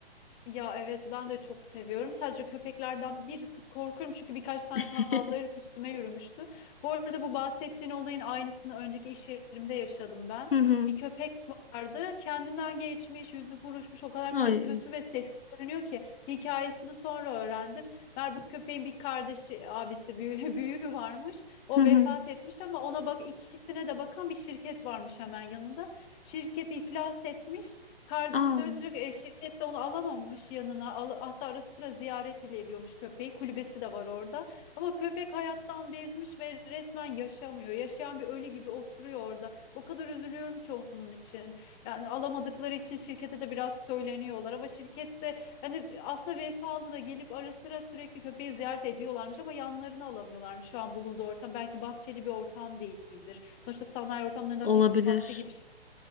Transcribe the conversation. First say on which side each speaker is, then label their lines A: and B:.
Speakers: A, on the left (about 15°); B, on the left (about 65°).
A: Ya evet ben de çok seviyorum. Sadece köpeklerden bir tık korkuyorum çünkü birkaç tanesi
B: <laughs>
A: havlayarak üstüme yürümüştü. Bu arada bu bahsettiğin olayın aynısını önceki iş yerimde yaşadım ben.
B: Hı hı.
A: Bir köpek vardı kendinden geçmiş, yüzü buruşmuş o kadar
B: Ay.
A: kö- kötü ve sefil görünüyor ki hikayesini sonra öğrendim. Meğer bu köpeğin bir kardeşi, abisi, büyüğü, <laughs> büyüğü varmış. O
B: Hı hı.
A: vefat etmiş ama ona bak ikisine de bakan bir şirket varmış hemen yanında. Şirket iflas etmiş. Kardeşi
B: Aa,
A: dönecek e, şirket de onu alamamış yanına. Al, hatta ara sıra ziyaret bile ediyormuş köpeği. Kulübesi de var orada. Ama köpek hayattan bezmiş ve resmen yaşamıyor. Yaşayan bir ölü gibi oturuyor orada. O kadar üzülüyorum ki onun için. Yani alamadıkları için şirkete de biraz söyleniyorlar ama şirkette hani aslında vefalı da gelip ara sıra sürekli köpeği ziyaret ediyorlarmış ama yanlarını alamıyorlarmış şu an bulunduğu ortam. Belki bahçeli bir ortam değildir. Sonuçta sanayi ortamlarında
B: olabilir.
A: hafif bahçe gibi